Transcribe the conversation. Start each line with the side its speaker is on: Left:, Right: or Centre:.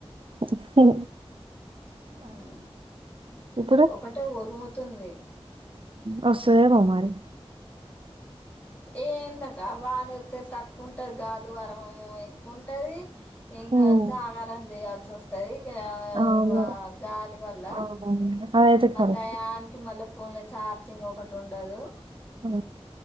Right: సరే
Left: హ్మ్
Right: ఇప్పుడు
Left: ఒకటే ఉరుముతుంది.
Right: వస్తదేమో మరి.
Left: ఏందక వానచ్చేద్ తక్కువ ఉంటది గాలి వరవేమో ఎక్కువ ఉంటది. ఇంగో
Right: ఉమ్,
Left: జాగారం చేయాల్సివస్తది.
Right: అవును
Left: వా గాలి వల్ల
Right: అవునవును అదైతే కరెక్ట్
Left: టయాన్కి. మళ్ళ ఫోన్లో చార్జింగ్ ఒకటి ఉండదు.
Right: ఆ